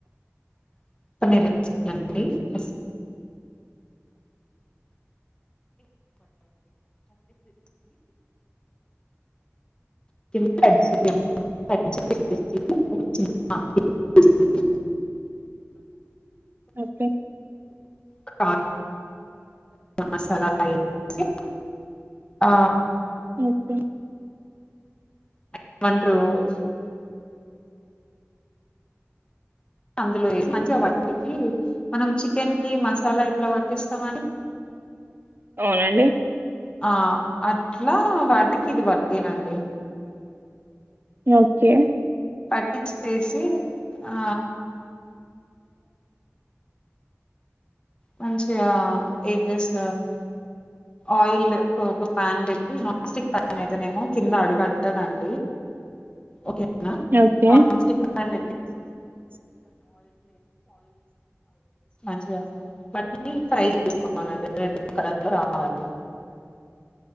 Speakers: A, on the left; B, on the right.
A: ండిస్ <unintelligible> <unintelligible>
B: ఓకే
A: క మసాల <unintelligible> ఆ
B: అే
A: <unintelligible> అందులో మంచిగా వాటికి మనం చికెన్ కి మసాలా ఎట్లా పట్టిస్తామండి
B: అవునండి
A: ఆ అట్లా వాటికి ఇది పటియలాండి
B: ఓకే
A: పట్టిచ్చి తీసి ఆ మంచిగా ఏం చేస్తారు ఆయిల్ ఒక ప్యాన్ పెట్టి నాన్స్టిక్ ప్యాన్ అయితేనేమో కింద అడుగంటదండి ఓకే అక్క
B: ఓకే
A: నానస్టిక్ ప్యాన్ <inaudible> మళ్ళీ ఫ్రై తీసుకోవాలండి రెడ్ కలర్ లో రావాల్ల
B: <inaudible>